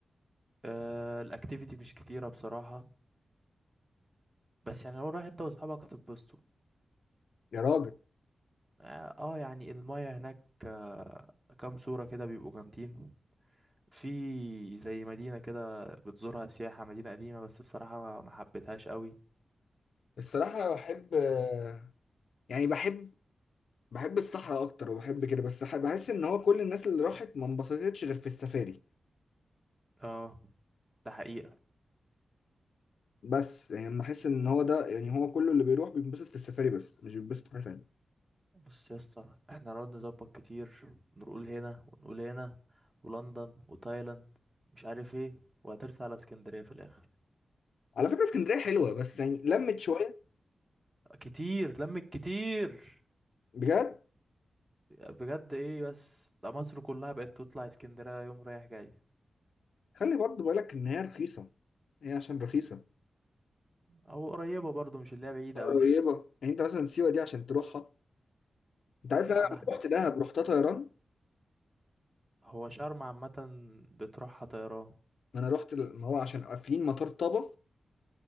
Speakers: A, on the right; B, on the left.
A: آه الاكتيفيتي مش كتيرة بصراحة بس يعني لو رايح انت واصحابك هتتبسطوا
B: يا راجل
A: اه آه، يعني المايه هناك آه كام صورة كده بيبقوا جامدين في زي مدينة كده بتزورها سياحة مدينة قديمة بس بصراحة ما حبيتهاش قوي
B: الصراحة انا بحب آه، يعني بحب بحب الصحراء اكتر وبحب كده بس ح- بحس ان هو كل الناس اللي راحت ما انبسطتش غير في السفاري
A: اه ده حقيقة
B: بس يعني لما احس ان هو ده يعني هو كله اللي بيروح بينبسط في السفاري بس مش بينبسط في حاجة تانية
A: بص يا اسطى احنا نقعد نظبط كتير ونقول هنا ونقول هنا ولندن وتايلاند مش عارف ايه وهترسى على اسكندرية في الآخر
B: على فكرة اسكندرية حلوة بس يعني لمت شوية
A: كتير لمك كتير
B: بجد
A: بجد ايه بس ده مصر كلها بقت تطلع اسكندرية يوم رايح جاي
B: خلي برضه بالك ان هي رخيصة هي عشان رخيصة
A: او قريبة برضو مش اللي هي بعيدة
B: قريبه
A: قوي
B: يعني انت مثلا سيوه دي عشان تروحها انت عارف
A: لا
B: انا لما
A: ده احنا
B: رحت دهب رحتها طيران
A: هو شرم عامة بتروحها طيران
B: ما انا رحت ال- ما هو عشان قافلين مطار طابا